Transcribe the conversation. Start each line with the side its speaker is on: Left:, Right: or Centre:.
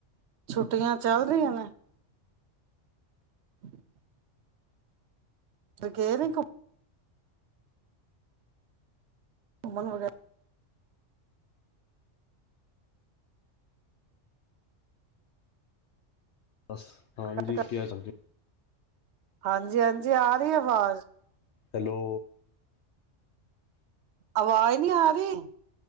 Right: ਛੁੱਟੀਆਂ ਚੱਲ ਰਹੀਆਂ ਨੇ। ਹ ਗਏ ਨਹੀਂ ਘੁ- ਘੁੰਮਨ ਵਗੈਰਾ-
Left: ਬਸ ਹਾਂਜੀ
Right: ਕੱਟ ਕੱਟ
Left: ਕੈ ਸਕਦੇ ਓ,
Right: ਹਾਂਜੀ- ਹਾਂਜੀ ਆ ਰਹੀ ਐ ਆਵਾਜ਼,
Left: ਹੈਲੋ,
Right: ਆਵਾਜ਼ ਨੀ ਆ ਰਹੀ।